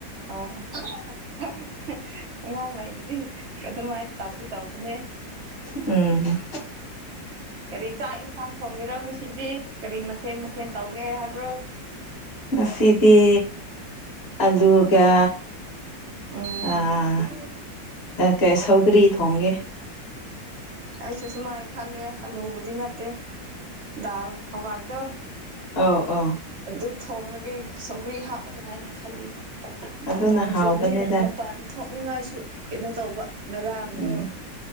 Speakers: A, on the right (about 50°); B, on the left (about 40°).
A: ꯑꯥꯎ <unintelligible> ꯑꯉꯥꯡ ꯂꯩꯕꯗꯤ ꯑꯗꯨꯃꯥꯏ ꯇꯧꯗꯤ ꯇꯧꯕꯅꯦ
B: ꯎꯝ <unintelligible>
A: ꯀꯔꯤ ꯆꯥꯛ ꯏꯟꯁꯥꯡ ꯊꯣꯡꯒꯦꯔ ꯉꯁꯤꯗꯤ ꯀꯔꯤ ꯃꯊꯦꯜ ꯃꯊꯦꯜ ꯇꯧꯒꯦ ꯍꯥꯏꯕ꯭ꯔꯣ
B: ꯉꯁꯤꯗꯤ ꯑꯂꯨꯒ
A: ꯎꯝ
B: ꯑꯥ ꯀ ꯁꯧꯒꯔꯤ ꯊꯣꯡꯒꯦ
A: ꯑꯩꯁꯨ ꯁꯨꯃꯥꯏ ꯈꯜꯂꯦ ꯑꯂꯨꯕꯨꯗꯤ ꯅꯠꯇꯦ ꯗꯥꯜ ꯍꯋꯥꯏꯗꯣ
B: ꯑꯥꯎ ꯑꯥꯎ
A: ꯑꯗꯨ ꯊꯣꯡꯂꯒꯦ ꯁꯧꯒ꯭ꯔꯤ ꯍꯥꯞꯄꯒ ꯍꯥꯏꯅ ꯈꯜꯂꯤ
B: ꯑꯗꯨꯅ
A: ꯅꯣꯡ
B: ꯍꯥꯎꯕꯅꯤꯗ
A: ꯆꯨꯄꯅꯤꯅ ꯃꯄꯥꯟ ꯊꯣꯛ ꯅꯤꯡꯉꯥꯏꯁꯨ ꯀꯩꯅꯣ ꯇꯧꯕ ꯉꯔꯥꯡꯗꯣ
B: ꯎꯝ